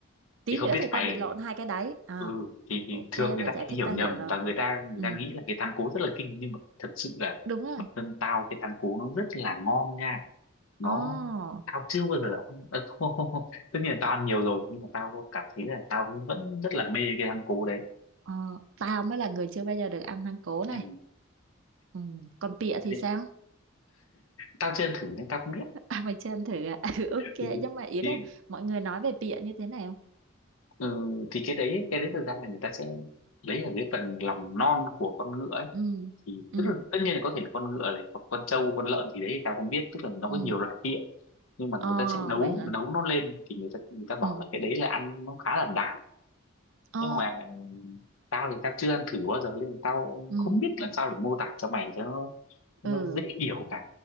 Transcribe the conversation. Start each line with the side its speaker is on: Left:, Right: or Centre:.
Right: tí
Left: thì không
Right: nữa
Left: biết
Right: thì
Left: mày
Right: tao bị lộn hai cái đấy à
Left: ừ thì, thì
Right: ok
Left: thường người
Right: mày
Left: ta
Right: giải
Left: hay
Right: thích
Left: hiểu
Right: tao
Left: nhầm
Right: hiểu rồi
Left: và người ta người
Right: ừ
Left: ta nghĩ là cái thắng cố rất là kinh nhưng mà thật sự là
Right: đúng rồi
Left: bản thân tao cái thắng cố nó rất là ngon nha nó
Right: ồ
Left: tao chưa bao giờ ăn ờ, không, không không không tất nhiên là tao ăn nhiều rồi nhưng mà tao cảm thấy là tao vẫn rất là mê cái thắng cố đấy
Right: ờ, tao mới là người chưa bao giờ được ăn thắng cố này
Left: ừ.
Right: ừ. còn pịa thì
Left: thế nên-
Right: sao
Left: tao chưa ăn thử nên tao không biết
Right: <laughs> à, mày chưa ăn thử à <laughs> ừ, ok
Left: ừ.
Right: nhưng mà ý
Left: thì
Right: là mọi người nói về pịa như thế này không
Left: ừ, thì cái đấy cái đấy thật ra là người ta sẽ lấy ở cái phần lòng non của con ngựa ấy
Right: ừ
Left: thì
Right: ừ
Left: tức là tất nhiên là có thể là con ngựa này hoặc con trâu con lợn gì đấy thì tao không biết tức là nó
Right: ừ
Left: có nhiều loại vị nhưng mà
Right: ờ
Left: người ta sẽ nấu
Right: vậy hả
Left: nấu nó lên thì người ta người ta bảo
Right: ừ
Left: là cái đấy là ăn nó khá là đặc
Right: ờ
Left: nhưng mà tao thì tao chưa ăn thử bao giờ nên tao
Right: ừ
Left: không biết làm sao để mô tả cho mày cho nó cho
Right: ừ
Left: nó dễ hiểu cả